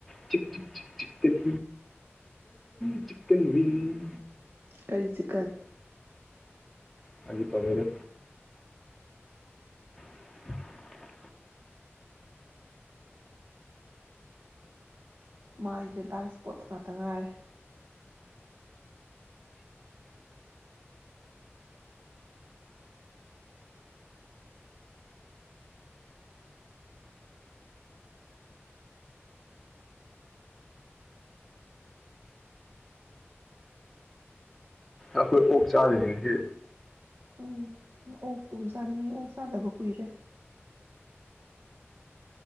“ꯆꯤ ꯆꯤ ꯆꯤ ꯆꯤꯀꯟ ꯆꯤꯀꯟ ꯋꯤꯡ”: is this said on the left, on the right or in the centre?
Centre